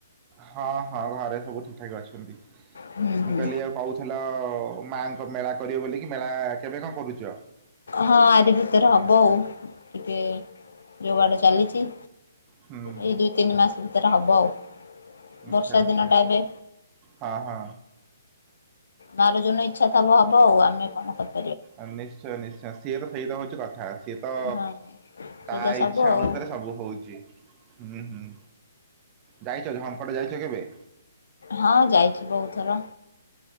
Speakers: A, on the right; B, on the left.
A: ହଁ ହଁ ଘରେ ସବୁ ଠିକ ଠାକ ଅଛନ୍ତି
B: ହୁଁ
A: ମୁଁ
B: ହୁଁ
A: କହିଲି ଆଉ କଉ <unintelligible> ମାଆଙ୍କ ମେଳା କରିବେ ବୋଲିକି ମେଳା କେବେ କଣ କରୁଛ?
B: ହଁ ଆରି ଭିତରେ ହବ ଆଉ ଟିକେ ଯୋଗାଡ଼ ଚାଲିଛି।
A: ହୁଁ
B: ଏଇ ଦୁଇ ତିନି ମାସ ଭିତରେ ହବ ଆଉ।
A: ଆଚ୍ଛା
B: ବର୍ଷା
A: ଆଚ୍ଛା
B: ଦିନଟା ଏବେ
A: ହଁ ହଁ।
B: ମା ର ଯୋଉଦିନ ଇଚ୍ଛା ଥବ ହବ ଆଉ ଆମେ କଣ କରିବୁ।
A: ହଁ ନିଶ୍ଚୟ ନିଶ୍ଚୟ ସିଏ ତ ସେଇତ ହଉଛି କଥା ସିଏ ତ
B: ହଁ
A: ତା
B: ସେଇଟା ସବୁ
A: ଇଚ୍ଛା
B: ଆଉ
A: ଅନୁସାରେ
B: ହୁଁ।
A: ସବୁ ହଉଛି ହୁଁ ହୁଁ। ଯାଇଛ ଝଙ୍କଡ଼ ଯାଇଛ କେବେ?
B: ହଁ ଯାଇଛି ବୋହୁତ୍ ଥର।